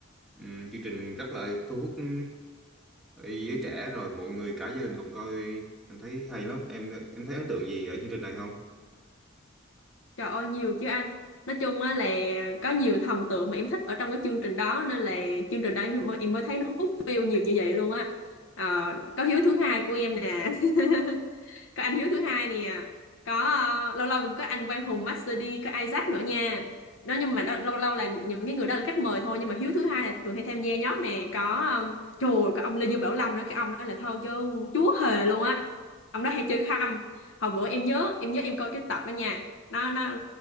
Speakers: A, in the centre; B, on the left.
A: Ừm, chương trình rất là thu hút ừ, giới trẻ rồi mọi người cả gia đình cùng coi anh thấy hay lắm em em thấy ấn tượng gì ở chương trình này không
B: Trời ơi nhiều chứ anh Nói chung á là có nhiều thần tượng mà em thích ở trong cái chương trình đó nên là chương trình đó em, em mới thấy nó hút view nhiều như vậy luôn á Ờ, có hiếu thứ hai của em nè <laughs> có anh Hiếu thứ hai nè có ờ, lâu lâu cũng có anh Quang Hùng Master D có Isaac nữa nha đó nhưng mà đó, lâu lâu là những cái người đó là khách mời thôi nhưng mà Hiếu thứ hai là thường hay tham gia nhót nè có um, trời ơi, có ông Lê Dương Bảo Lâm nữa cái ông đó là thôi chứ chúa hề luôn á ông đó hay chơi khăm hồi bữa em nhớ em nhớ em coi cái tập đó nha nó nó